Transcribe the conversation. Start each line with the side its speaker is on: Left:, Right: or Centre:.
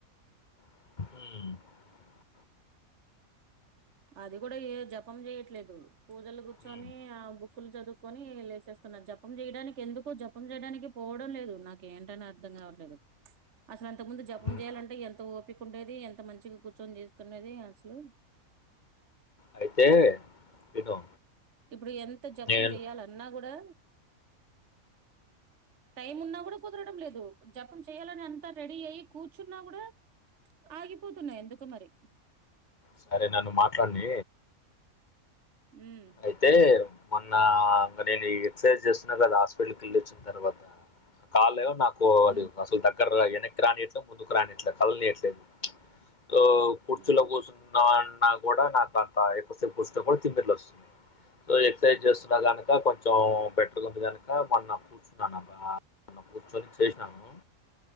Left: ఉ
Right: అది కూడా ఏ జపం చేయట్లేదు పూజలు కూర్చొని
Left: ఉమ్,
Right: ఆ బుక్కులు చదువుకొని లేచే జపం చేయడానికి ఎందుకు జపం చేయడానికి పోవడం లేదు నాకేంటని అర్థం కావట్లేదు అసలాంతక ముందు జపం
Left: ఉమ్.
Right: చేయాలంటే ఎంత ఓపిక ఉండేది ఎంత మంచిగా కూర్చొని చేస్తుండది అసలు
Left: అయితే విను
Right: ఇప్పుడు ఎంత జపం
Left: నేను
Right: చెయ్యాల అన్నా కూడా టైం ఉన్నా కూడా కుదరడం లేదు జపం చేయాలని అంతా రెడీ అయ్యి కూర్చున్నా కూడా ఆగిపోతున్నా ఎందుకో మరి
Left: సరే నన్ను మాట్లాడ్ని
Right: ఉమ్
Left: అయితే మొన్న ఈ ఎక్సర్సైజ్ చేస్తున్నా కదా హాస్పిటల్కి వెళ్లొచ్చిన తర్వాత కాళ్ళ నాకు
Right: ఉమ్
Left: అది అసలు దగ్గర వెనక్కి రానియట్లే ముందుకు రానిట్లే కదళ్నియట్లేదు ఆ కూర్చులో
Right: ఉమ్
Left: కూర్చున్నాన్నా కూడా నా అంత ఎక్కువసేపు కూర్చునా కూడా తిమ్మిర్లు వస్తుంది సో ఎక్సర్సైజ్ చేస్తున్నా కనుక కొంచెం బెటర్ ంది కనుక మ కూర్చున్నానుబా మొన్న కూర్చొని చేసినాను